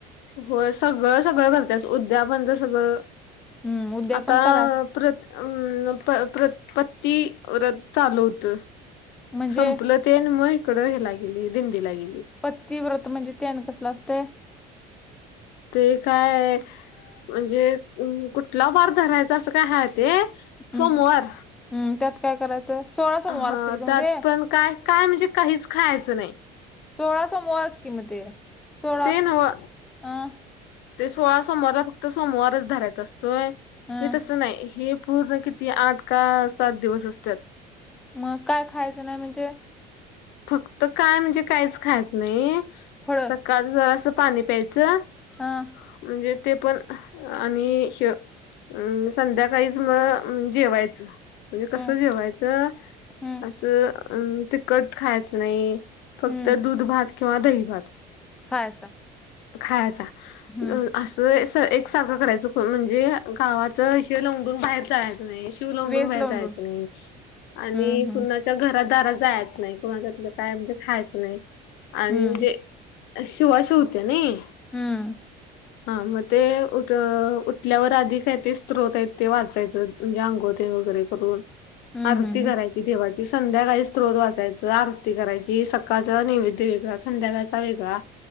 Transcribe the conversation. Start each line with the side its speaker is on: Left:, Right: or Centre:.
Left: होय सगळं-सगळं करत्या उद्या पण ते सगळं,
Centre: हम्म उद्या
Left: आता
Centre: पण कराय
Left: प्र अ प प्र पती व्रत चालू होत.
Centre: म्हणजे
Left: संपल तेन मग हीकडं हे ला गेली दिंडीला गेली.
Centre: पती व्रत म्हणजे ते आणि कसलं असत?
Left: <inaudible> ते काय म्हणजे कुठला वार धरायचा असं काय हाय ते.
Centre: हम्
Left: सोमवार
Centre: हम्म त्यात काय करायचं? सोळां सोमवार
Left: हा
Centre: असतील ग म
Left: त्यात
Centre: ते
Left: पण काय काय म्हणजे काहीच खायचं नाही.
Centre: सोळा समोरच कि म ते, सोळा
Left: ते नव्ह
Centre: अं.
Left: ते सोळा सोमवारला फक्त सोमवारच धरायच असतोय
Centre: अं
Left: हे तसं नाही, हे पूर्ण किती आठ का सात दिवस असत्यात.
Centre: मग काय खायचं नाही म्हणजे?
Left: फक्त काय म्हणजे काहीच खायचं नाही
Centre: फळ
Left: सकाळी जरासं पाणी प्यायचं.
Centre: हं
Left: म्हणजे ते पण आणि श अम संध्याकाळीच म जेवायचं. म्हणजे कसं
Centre: हं
Left: जेवायचं
Centre: हं
Left: असं अं तिखट खायचं नाही. फक्त
Centre: हं
Left: दूध भात किंवा दही भात.
Centre: खायचा.
Left: खायचा,
Centre: हं
Left: अ असं, अस एक साारखं करायचं म्हणजे गावाच हे लंडून बाहेर जायचं नाही. शिव लंडूनय
Centre: वेस
Left: बाहेर
Centre: लावून
Left: जायच नाही आणि
Centre: हं हं
Left: कुणाच्या घर दारा जायच. नाही कोणाच्यात काय म्हणजे खायचं नाही आणि
Centre: हं
Left: म्हणजे शिवा शिवते नाही
Centre: हम्म.
Left: हा मग ते उठ-उठल्यावर आधी काही ते स्त्रोत आहेत ते वाचायचं. म्हणजे अंगोळ येन वगैरे करून,
Centre: हं
Left: आरती
Centre: हं हं
Left: करायची देवाची संध्याकाळी स्त्रोत वाचायचं आरती करायची सकाळच नैवेद्य वेगळच. संध्याकाळचा वेगळा